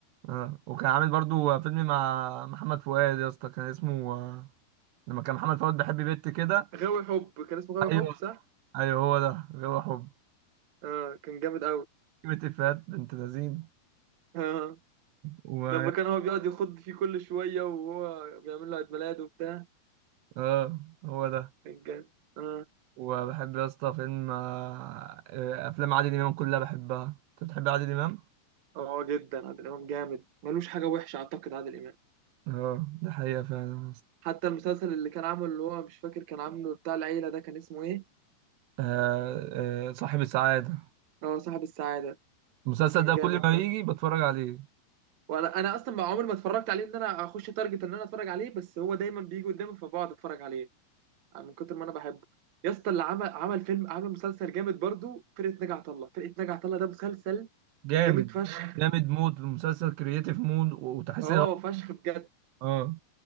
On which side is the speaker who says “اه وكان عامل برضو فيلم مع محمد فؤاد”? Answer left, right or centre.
Right